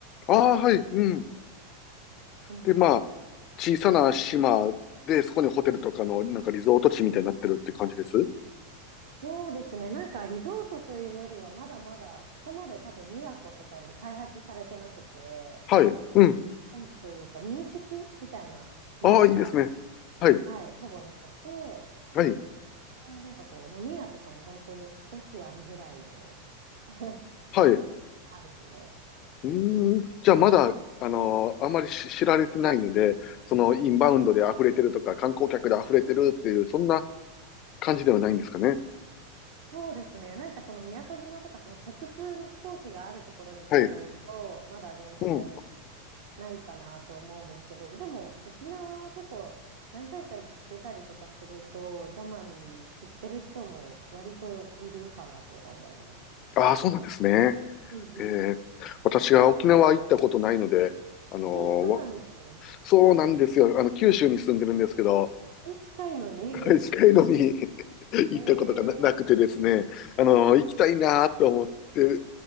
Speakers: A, on the left; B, on the right.
A: ああ、はい。うん。
B: うんうん。
A: で、まあ、小さな島で、そこにホテルとかの、なんかリゾート地みたいになってるって感じです。
B: そうですね、なんかリゾートというよりは、まだまだそこまで多分宮古とかより開発されてなくて、
A: はい。うん。
B: なんというか民宿みたいなのしか、
A: ああ、いいですね。はい。
B: はい、ほぼなくて、
A: はい。
B: ねなんかこう、飲み屋とかも本当に少しあるぐらいの <laughs> ま
A: はい。う
B: あですね。
A: ーん。じゃあ、まだ、あのーあまりし知られてないので、その、インバウンドで溢れてるとか、観光客で溢れてるっていう、そんな感じではないんですかね。
B: そうですね。なんかその宮古島とかその直通の飛行機があるところに比べると、
A: はい。
B: まだ全然
A: うん。
B: ないかなと思うんですけど、でも沖縄結構何回か行ってたりとかすると、ザマミ知ってる人も割といるかなとは思います。
A: ああ、そうなんですね。
B: うんうん。
A: えー、私が沖縄行ったことないので、あのーわ
B: えー、そうなんですね。
A: そうなんですよ。あの、九州に住んでるんですけど、
B: え、近いのに
A: はい近いのに <laughs> 行ったことがな、
B: <laughs> えー
A: なくてですね、あの、行きたいなと思って